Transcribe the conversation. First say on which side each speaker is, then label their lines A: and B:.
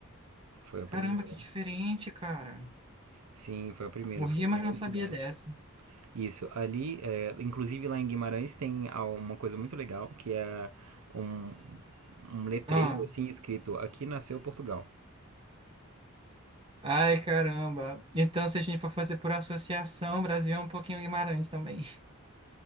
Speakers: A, on the right; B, on the right.
A: Foi a
B: Caramba,
A: primeira.
B: que diferente, cara.
A: Sim, foi a primeira.
B: Morria,
A: Foi a primeira
B: mas não sabia
A: cidade.
B: dessa.
A: Isso, ali, é, inclusive lá em Guimarães tem ah, uma coisa muito legal, que é um, um letreiro
B: Ah,
A: assim escrito Aqui nasceu Portugal.
B: ai, caramba. Então, se a gente for fazer por associação, Brasil é um pouquinho Guimarães também. <laughs>